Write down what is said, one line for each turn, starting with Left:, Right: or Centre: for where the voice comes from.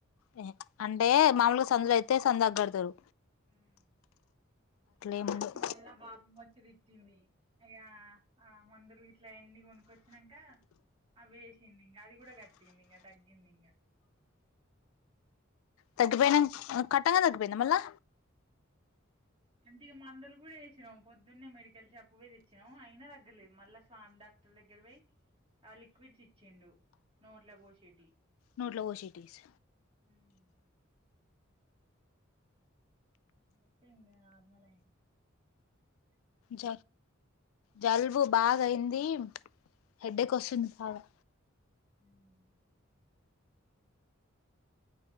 Left: ఎహె అంటే మాములుగ సందులయిత్ తే సందాక్గడతడు.
Right: హ్మ్ తర్వాతకి
Left: ఏమి ఉండదు
Right: మళ్ళా బాపమ్మ ఒచ్చి తిట్టింది. అ ఇగా ఆ మందులు గిట్లా అయన్ని గొనుక్కొచ్చి చ్చినంకా అవ్వి ఏష్ సిందింగ అది గూడా కట్టిందింగ తగ్గిందింగ.
Left: కట్టిపోయినంక్ అ కట్టంగనే తగ్గిపోయిందా మళ్ళా?
Right: అంటే ఇగ మందులు గూడ వేసినాం పొద్దున్నే మెడికల్ షాప్కు పోయ్ తెచ్చినాం, అయినా తగ్గలేదు. మళ్ళా స్వామి డాక్టర్ దగ్గర పోయి ఆ లిక్విడ్స్ ఇచ్చిండు నోట్ల పోసేటియి
Left: నోట్ల పోషేటియ్ స్
Right: ఉమ్ మొత్తంగా నార్మలయింది
Left: జ జలుబు బాగాయింది హెడేకోస్తుంది బాగా
Right: ఉమ్